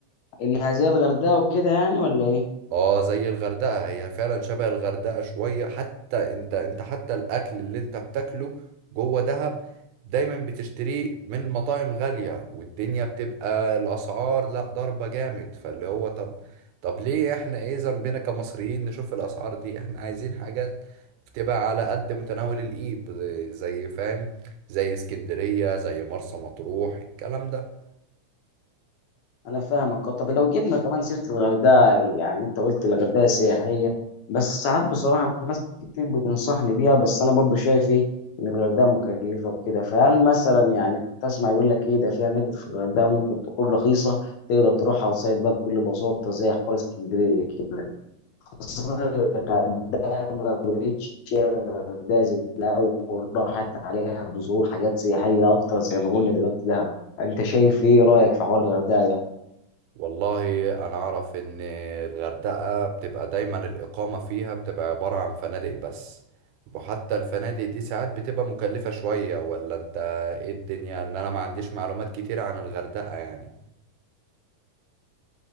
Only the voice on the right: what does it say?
اه زي الغردقة هي فعلا شبه الغردقة شوية حتى انت انت حتى الاكل اللي انت بتاكله جوه دهب دايما بتشتريه من مطاعم غالية والدنيا بتبقى الاسعار لا ضربة جامد فاللي هو طب طب ليه احنا ايه ذنبنا كمصريين نشوف الاسعار دي احنا عايزين حاجات بتبقى على قد متناول الايد زي فاهم زي اسكندرية زي مرسى مطروح الكلام ده
والله انا اعرف ان الغردقة بتبقى دايما الاقامة فيها بتبقى عبارة عن فنادق بس وحتى الفنادق دي ساعات بتبقى مكلفة شوية ولا انت ايه الدنيا ان انا ما عنديش معلومات كتير عن الغردقة يعني